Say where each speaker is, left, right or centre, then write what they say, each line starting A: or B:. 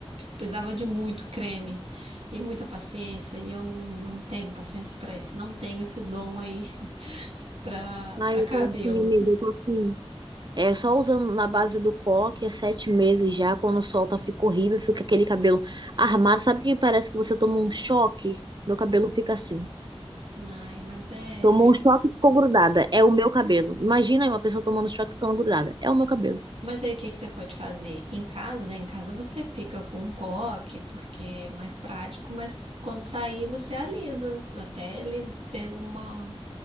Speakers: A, on the right (about 75°); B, on the right (about 45°).
A: precisava de muito creme e muita paciência, e eu não, não tenho paciência para isso. Não tenho esse dom aí <laughs> para
B: Ah,
A: para
B: eu
A: cabelo.
B: tô assim, amiga, eu tô assim. É só usando na base do coque, é sete meses já, quando solta, fica horrível, fica aquele cabelo armado, sabe que parece que você tomou um choque? Meu cabelo fica assim.
A: Ai, mas é.
B: Tomou um choque e ficou grudada. É o meu cabelo. Imagina uma pessoa tomando choque e ficando grudada. É o meu cabelo.
A: Mas aí o que que você pode fazer? Em casa, né? Em casa você fica com um coque, porque é mais prático, mas quando sair você alisa, até ele ter uma